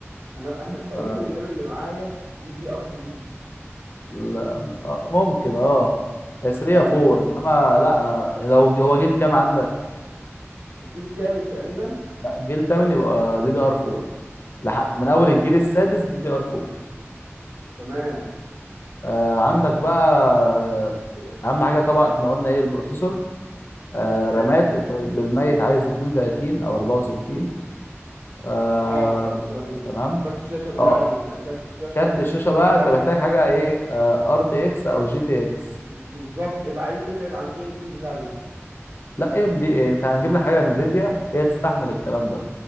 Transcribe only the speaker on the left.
ف...
لا آه، ممكن اه هي 3
4 انما لا انا لو هو جيل كام عندك
لا جيل تمن يبقى دي دي ار 4 لح-
من اول
الجيل
السادس دي دي ار 4
آه عندك بقى آه، اهم حاجه طبعا احنا قلنا ايه البروسيسور آه
رامات انت بالميت عايز 32 او 64 آه
تمام
اه
كارت
الشاشه
بقى
انت محتاج حاجه ايه آه، ار تي اكس او جي تي اكس
لا ام دي ايه انت هنجيب لك حاجه انفيديا هي تستحمل الكلام ده